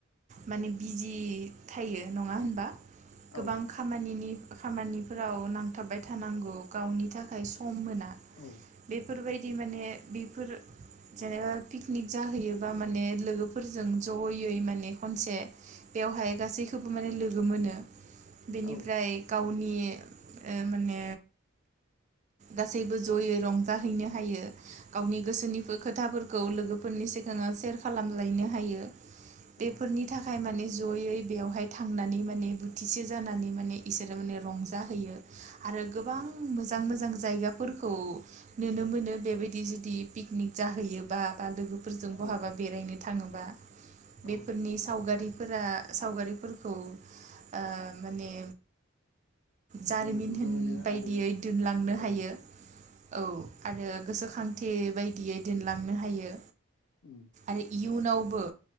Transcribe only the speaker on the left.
औ
औ
औ
औ
औ
औ
औ
औ
जोङो नुनो
मोनो
आरो
औ
उम
उम